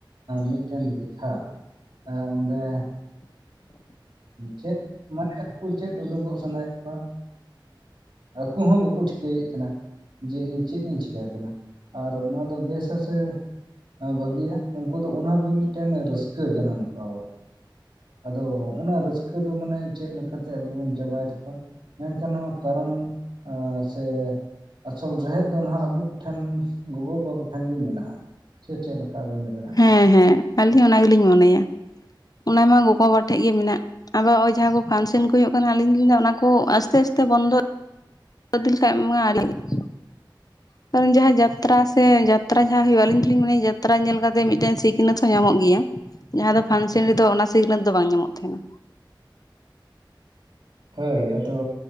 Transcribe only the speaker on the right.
ᱢᱤᱫ ᱴᱷᱮᱱ ᱫᱤᱠᱷᱟᱜ ᱦᱮᱸ ᱚᱸᱰᱮ ᱪᱮᱫ ᱢᱟᱱᱮ ᱩᱱᱠᱩ ᱪᱮᱫ ᱩᱫᱩᱜᱚᱜ ᱥᱟᱱᱟᱭᱮᱫ ᱠᱚᱣᱟ ᱟᱠᱚ ᱦᱚᱸ ᱵᱟᱠᱚ ᱴᱷᱤᱠᱟᱹᱭᱮᱫ ᱠᱟᱱᱟ ᱡᱮ ᱤᱧ ᱪᱮᱫ ᱤᱧ ᱪᱤᱠᱟᱹ ᱟᱠᱟᱱᱟ ᱟᱨ ᱱᱚᱣᱟ ᱫᱚ ᱵᱮᱥ ᱟᱥᱮ ᱵᱷᱟᱹᱜᱤᱭᱟ ᱩᱱᱠᱩ ᱫᱚ ᱚᱱᱟ ᱨᱮᱜᱮ ᱢᱤᱫᱴᱮᱱ ᱨᱟᱹᱥᱠᱟᱹ ᱡᱟᱱᱟᱢ ᱟᱠᱟᱣᱟᱫ ᱟᱫᱚ ᱨᱟᱹᱥᱠᱟᱹ ᱫᱚ ᱢᱟᱱᱮ ᱪᱮᱫ ᱞᱮᱠᱟᱛᱮ ᱟᱵᱚ ᱵᱚᱱ ᱪᱟᱵᱟᱭ ᱛᱟᱠᱚᱣᱟ ᱢᱮᱱᱠᱷᱟᱱ ᱱᱚᱣᱟ ᱠᱟᱨᱚᱱ ᱥᱮ ᱟᱥᱚᱞ ᱨᱮᱦᱮᱫ ᱫᱚ ᱱᱟᱦᱟᱸᱜ ᱟᱵᱚ ᱠᱚᱴᱷᱮᱱ ᱜᱚᱜᱚ ᱵᱟᱵᱟ ᱠᱚᱴᱷᱮᱱ ᱜᱮ ᱢᱮᱱᱟᱜᱼᱟ ᱥᱮ ᱪᱮᱫ ᱞᱮᱠᱟ ᱟᱵᱮᱱ ᱫᱚ ᱵᱮᱱ
ᱦᱳᱭ ᱟᱫᱚ